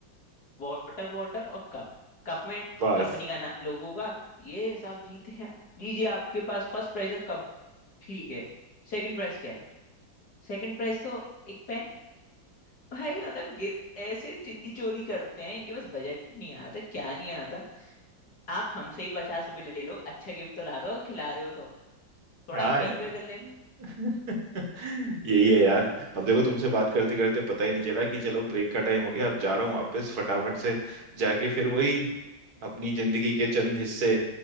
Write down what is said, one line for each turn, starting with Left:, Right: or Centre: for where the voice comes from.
Left: वाटर बॉटल और कप कप में
Right: बस
Left: कंपनी का ना लोगों का ये साहब जीते हैं लीजिए आपके पास फर्स्ट प्राइज है कप ठीक है सेकंड प्राइज क्या है सेकंड प्राइज तो एक पेन भाई मतलब गिर- ऐसे चिंदी चोरी करते हैं इनके पास बजट नहीं आता क्या नहीं आता आप हमसे ही पचास रुपए ले लो अच्छे गिफ्ट तो ला दो खिला रहे हो तो थोड़ा
Right: हाँ
Left: हम भी
Right: यार
Left: इंजॉय कर लें
Right: <laughs> यही है यार अब देखो तुमसे बात करते करते पता ही नहीं चला कि चलो ब्रेक का टाइम हो गया अब जा रहा हूँ वापस फटाफट से जाके फिर वही अपनी जिंदगी के चंद हिस्से